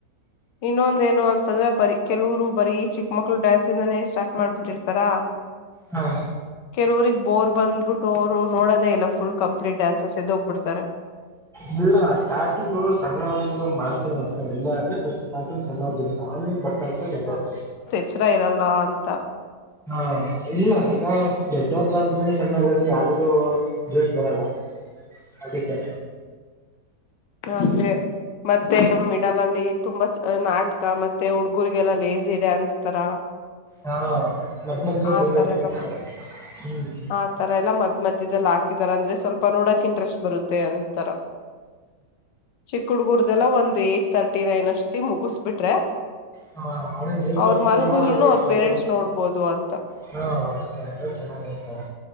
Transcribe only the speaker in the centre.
ಹಾ
ಇಲ್ಲ ಸ್ಟಾರ್ಟಿಂಗು ಸಣ್ಣವರ್ದು ಮಾಡ್ಸೆ ಮಾಡಿಸ್ತಾರೆ ಎಲ್ಲಾ ಅವರ್ದು ಸ್ಟಾರ್ಟಿಂಗ್ ಸಣ್ಣವರ್ದ್ ಇರುತ್ತೆ ಆಮೇಲ್ ಬತ್ತ ಬತ್ತ ದೊಡ್ಡವರದು
ಹಾ ಇಲ್ಲ ಈಗ ದೊಡ್ಡವರ್ದ ಆದ್ಮೇಲೆ ಸಣ್ಣಾವ್ರ್ದ್ ಅಂದ್ರೆ ಯಾರಿಗೂ. ಇಂಟರೆಸ್ಟ್ ಬರಲ್ಲ ಅದಕ್ಕೆ.
ಹಾ ಮದ್ ಮದ
ಬೆತ
ಹ್ಮ್ <unintelligible>
ಹ ಅವ್ರ ನೈಟ್ಲ್ಲ
ದೊಡ್ಡ
ಹಾ ಅಷ್ಟೇ ಅಂಗ ಚೆನ್ನಾಗಯ್ತವೆ